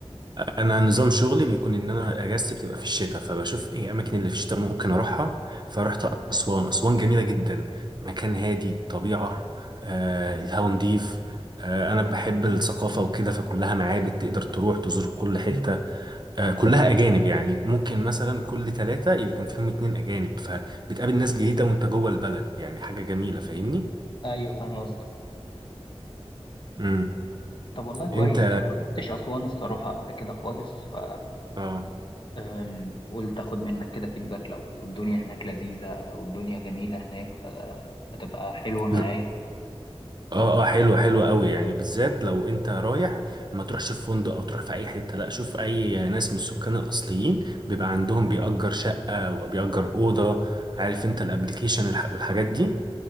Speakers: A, on the right; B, on the left.
A: انا نظام شغلي بيكون ان انا اجازتي بتبقى في الشتاء فبشوف ايه اماكن اللي في الشتاء ممكن اروحها فرحت اسوان اسوان جميلة جدا مكان هادي طبيعة آه الهوا نضيف آه انا بحب الثقافة وكده فكلها معابد تقدر تروح تزور كل حتة آه، كلها أجانب يعني ممكن مثلا كل ثلاثة يكون فيهم اتنين أجانب فبتقابل ناس جديدة وأنت جوه البلد يعني حاجة جميلة فاهمني؟
B: ايوه فاهم قصدك
A: امم
B: طب والله كويس
A: أنت
B: انا ما كنتش اسوان الصراحه قبل كده خالص ف
A: اه
B: أم، قول تاخد منك كده فيدباك لو الدنيا هناك لذيذة والدنيا جميلة هناك فهتبقى حلوة معايا
A: لا، اه اه حلوة حلوة قوي يعني بالذات لو أنت رايح ما تروحش في فندق أو تروح في أي حتة لا شوف أي ناس من السكان الأصليين بيبقى عندهم بيأجر شقة وبيأجر أوضة عارف أنت الأبليكيشن الح- والحاجات دي